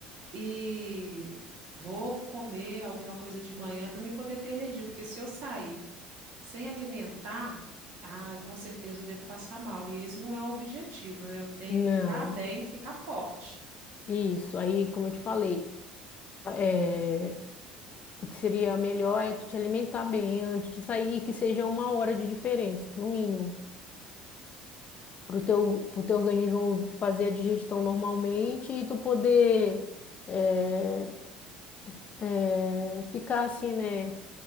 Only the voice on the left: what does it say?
Não,
isso. Aí, como eu te falei, é, o que seria melhor é tu te alimentar bem antes de sair, que seja uma hora de diferença, no mínimo, para o teu, pro teu organismo fazer a digestão normalmente e tu poder é, é, ficar assim, né?